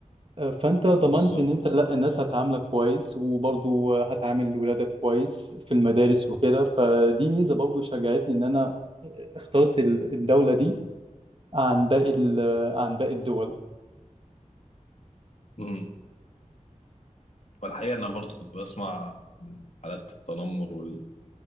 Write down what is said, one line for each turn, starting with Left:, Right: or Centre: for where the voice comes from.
Right: آه، فانت ضمنت
Left: بالظبط
Right: ان انت
Left: اه
Right: لا الناس هتعاملك كويس وبرضو هتعامل ولادك كويس في المدارس وكده فدي ميزة برضو شجعتني ان انا اخترت ال- الدولة دي عن باقي ال- آه، عن باقي الدول
Left: امم والحقيقه انا برضو كنت بسمع عن حالات التنمر وال...